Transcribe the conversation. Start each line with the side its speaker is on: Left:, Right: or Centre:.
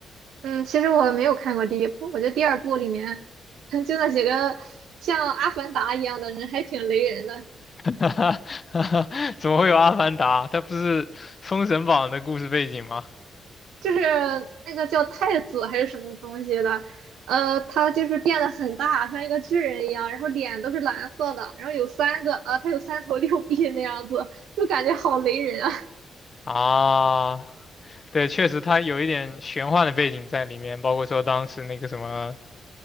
Right: 嗯，其实我没有看过第一部，我觉得第二部里面曾经的几个像阿凡达一样的人还挺雷人的，
Left: <laughs> 怎么会有《阿凡达》？它不是《封神榜》的故事背景吗？
Right: 就是那个叫太子还是什么东西的，呃，他就是变得很大，像一个巨人一样，然后脸都是蓝色的，然后有三个，呃，他有三头六臂那样子，就感觉好雷人啊。
Left: 啊，对，确实它有一点玄幻的背景在里面，包括说当时那个什么